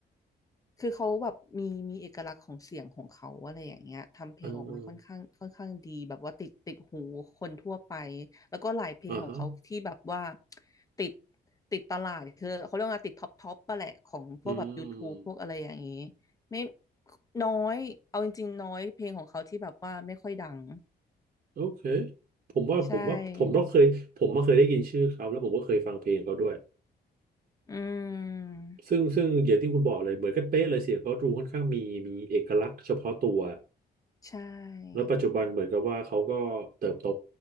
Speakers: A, on the left; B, on the right.
A: คือเขาแบบมีมีเอกลักษณ์ของเสียงของเขาอะไรอย่างเงี้ยทำเพลงออกมาค่อนข้างค่อนข้างดีแบบว่าติดติดหูคนทั่วไป
B: อ่า
A: แล้วก็หลายเพลงของเขาที่แบบว่า
B: อ่าฮะ
A: ติดติดตลาดคือเขาเรียกว่าติดท็อปท็อปปะแหละของพวกแบบ
B: อืม
A: YouTube พวกอะไรอย่างงี้ไม่น้อยเอาจริงๆน้อยเพลงของเขาที่แบบว่าไม่ค่อยดัง
B: โอเค ผมว่าผมว่าผมต้องเคยผมมาเคยได้ยินชื่อเขาแล้วผมก็เคยฟังเพลงเขาด้วย
A: ใช่อืม
B: ซึ่งซึ่งอย่างที่คุณบอกเลยเหมือนกันเป๊ะเลยเสียงเขาดูค่อนข้างมีมีเอกลักษณ์เฉพาะตัว
A: ใช่
B: แล้วปัจจุบันเหมือนกับว่าเขาก็เติบโต